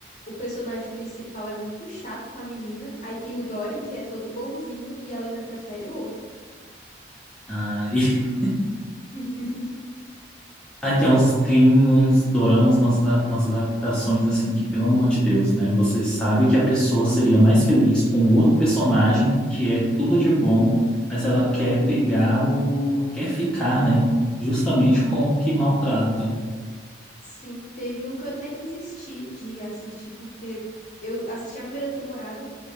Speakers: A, on the left (about 40°); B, in the centre.
A: o personagem principal é muito chato com a menina. Aí tem o Dory, que é todo bonzinho, e ela ainda prefere o outro.
B: Ah, e <laughs>
A: <laughs>
B: aí tem uns, tem uns doramas, umas, ada- umas adaptações assim que, pelo amor de Deus, né? Você sabe que a pessoa seria mais feliz com outro personagem que é tudo de bom, mas ela quer pegar o... quer ficar, né? Justamente
A: Uhum.
B: com o que maltrata.
A: Sim, teve um que eu até desisti de assistir, porque eu assisti a primeira temporada,